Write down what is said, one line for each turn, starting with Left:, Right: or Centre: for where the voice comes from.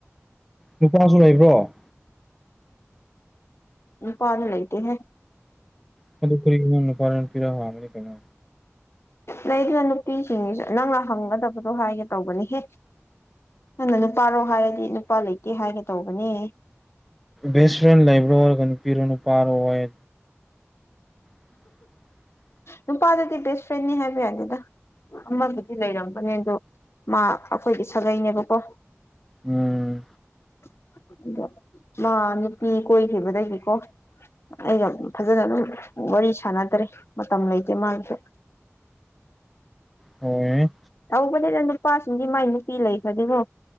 Centre: ꯅꯨꯄꯥꯁꯨ ꯂꯩꯕ꯭ꯔꯣ
Left: ꯅꯨꯄꯥꯗꯤ ꯂꯩꯇꯦꯍꯦ
Centre: ꯀꯗꯨ ꯀꯔꯤꯒꯤ ꯅꯪ ꯅꯨꯄꯥꯔ ꯅꯨꯄꯤꯔ ꯍꯡꯉꯥꯗꯤ ꯀꯩꯅꯣ
Left: ꯂꯩꯗꯅ ꯅꯨꯄꯤꯁꯤꯡꯁꯨ ꯅꯪꯅ ꯍꯪꯒꯗꯕꯗꯣ ꯍꯥꯏꯒꯦ ꯇꯧꯕꯅꯤꯍꯦ ꯅꯪꯅ ꯅꯨꯄꯥꯔꯣ ꯍꯥꯏꯔꯗꯤ ꯅꯨꯄꯥ ꯂꯩꯇꯦ ꯍꯥꯏꯒꯦ ꯇꯧꯕꯅꯦ
Centre: ꯕꯦꯁ ꯐ꯭ꯔꯦꯟ ꯂꯩꯕ꯭ꯔꯣ ꯍꯥꯏꯔꯒ ꯅꯨꯄꯤꯔꯣ ꯅꯨꯄꯥꯔꯣꯌꯦ <inaudible>
Left: ꯅꯄꯥꯥꯗꯗꯤ ꯕꯦꯁ ꯐ꯭ꯔꯦꯟꯅꯤ ꯍꯥꯏꯕꯤ ꯌꯥꯗꯦꯗ ꯑꯃꯕꯨꯗꯤ ꯂꯩꯔꯝꯕꯅꯦ ꯑꯗꯣ ꯃꯥ ꯑꯩꯈꯣꯏꯗꯤ ꯁꯥꯒꯩꯅꯦꯕꯀꯣ
Centre: ꯎꯝ
Left: ꯑꯗꯣ ꯃꯥ ꯅꯨꯄꯤ ꯀꯣꯏꯈꯤꯕꯗꯒꯤꯀꯣ ꯑꯩꯅ ꯐꯖꯅ ꯑꯗꯨꯝ ꯋꯥꯔꯤ ꯁꯥꯟꯅꯗ꯭ꯔꯦ ꯃꯇꯝ ꯂꯩꯇꯦ ꯃꯥꯒꯤꯁꯨ
Centre: ꯍꯣꯏ
Left: ꯇꯧꯕꯅꯦꯗꯥ ꯅꯨꯄꯥꯁꯤꯡꯗꯤ ꯃꯥꯏ ꯅꯨꯄꯤ ꯂꯩꯈꯔ꯭ꯗꯤꯀꯣ